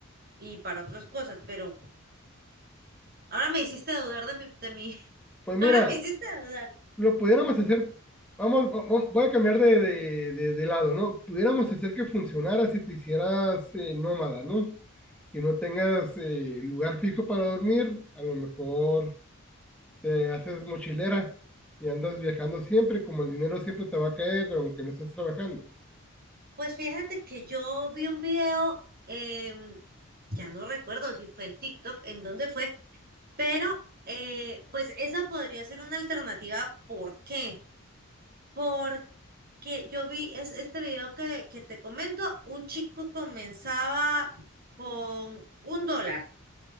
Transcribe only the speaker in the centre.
Pues mira,
lo pudiéramos hacer, vamos, va- va- voy a cambiar de, de- de- de lado, ¿no? Pudiéramos hacer que funcionara si te hicieras eh, nómada, ¿no? Que no tengas eh, lugar fijo para dormir, a lo mejor te haces mochilera y andas viajando siempre, como el dinero siempre te va a caer, aunque no estés trabajando.